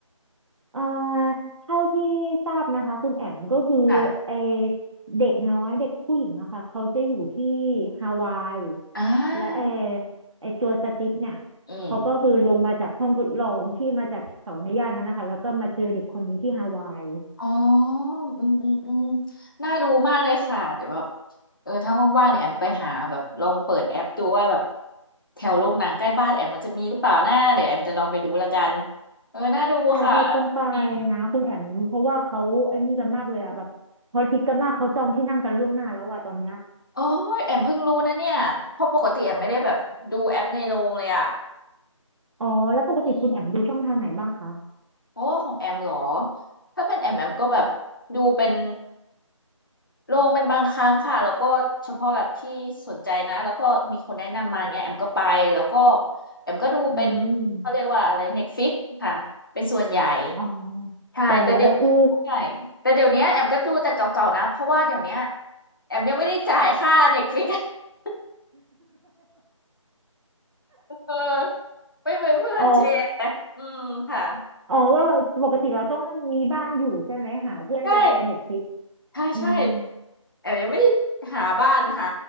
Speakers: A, on the right (about 65°); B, on the left (about 40°).
A: เอ่อเท่าที่ทราบนะคะคุณแอมก็คือไอ
B: ค่ะ
A: เด็กน้อยเด็กผู้หญิงอะค่ะเขาจะอยู่ที่ฮาวาย
B: อ่า
A: และไอไอตัวสติ๊กเนี่ย
B: อืม
A: เขาก็คือลงมาจากห้องทดลองที่มาจากเสาในย่านนั้นนะคะแล้วก็มาเจอเด็กคนนี้ที่ฮาวาย
B: อ๋ออืมอืมอืมน่าดูมากเลยค่ะ เดี๋ยวแบบเออถ้าว่างๆเนี่ยแอมไปหาแบบลองเปิดแอปดูว่าแบบแถวโรงหนังใกล้บ้านแอมมันจะมีหรือเปล่านะเดี๋ยวแอมจะลองไปดูละกัน เออ น่าดูค่ะ
A: ใช่ใช่ต้องไป
B: นิ่ม
A: นะคุณแอมเพราะว่าเขาไอ้นี่กันมากเลยอะแบบพอคิดกันมากเขาจองที่นั่งกันล่วงหน้าแล้วอะตอนเนี้ย
B: โอ้ยแอมเพิ่งรู้นะเนี่ย เพราะปกติแอมไม่ได้แบบดูแอปในโรงเลยอ่ะ
A: อ๋อแล้วปกติคุณแอมดูช่องทางไหนบ้างคะ
B: อืม โอ้ของแอมเหรอถ้าเป็นแอมแอมก็แบบดูเป็นลงเป็นบางครั้งค่ะแล้วก็เฉพาะแบบที่สนใจนะแล้วก็มีคนแนะนำมาเงี้ยแอมก็ไปแล้วก็แอมก็ดูเป็นเขาเรียกว่าอะไรเน็ตฟิกค่ะเป็นส่วนใหญ่
A: อืมอ๋อ
B: ใช่แต่เดี๋ยว
A: โอ้เออ
B: ใช่แต่เดี๋ยวเนี้ยแอมก็ดูแต่เก่าๆนะเพราะว่าเดี๋ยวเนี้ยแอมยังไม่ได้จ่ายค่าเน็ตฟิก <laughs> เออไม่เหมือนเพื่อนแชร์อืมค่ะ
A: อ๋ออ๋อก็ปกติเราต้องมีบ้านอยู่ใช่ไหมหาเพื่อนไปแชร์เน็ตฟลิก
B: ใช่ใช่ใช่
A: อืม
B: แอมยังไม่ได้หาบ้านหา